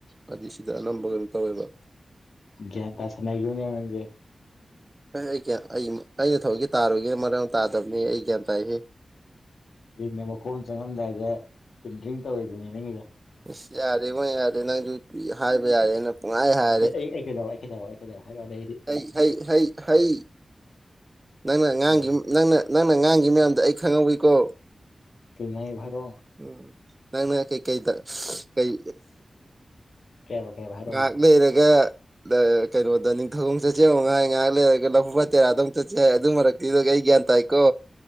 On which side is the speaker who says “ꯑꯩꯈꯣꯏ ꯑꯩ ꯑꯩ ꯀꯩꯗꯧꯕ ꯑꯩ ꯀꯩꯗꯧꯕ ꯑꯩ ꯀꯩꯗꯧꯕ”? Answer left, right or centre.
Left